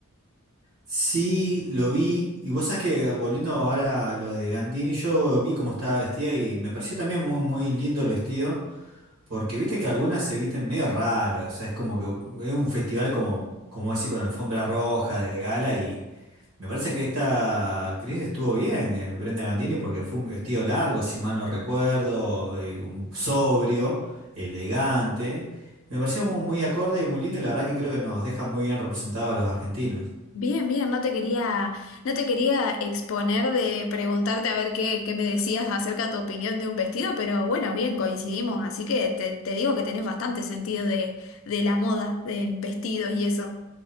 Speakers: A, on the right; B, on the left.
A: Sí, lo vi, y vos sabés que ah, volviendo ahora a lo de Gandini, yo vi cómo estaba vestida y me pareció también muy, muy lindo el vestido. Porque viste que algunas se visten medio raro, o sea, es como que es un festival como, como decir, con alfombra roja de gala y me parece que esta actriz estuvo bien, eh, Brenda Gandini, porque fue un vestido largo, si mal no recuerdo, eh, un- sobrio, elegante. Me pareció mu- muy, acorde y muy lindo y la verdad que creo que nos deja muy bien representados a los argentinos.
B: Bien, bien, no te quería, no te quería exponer de preguntarte a ver qué, qué me decías acerca de tu opinión de un vestido, pero bueno, bien, coincidimos, así que te, te digo que tenés bastante sentido de, de la moda, de en vestidos y eso.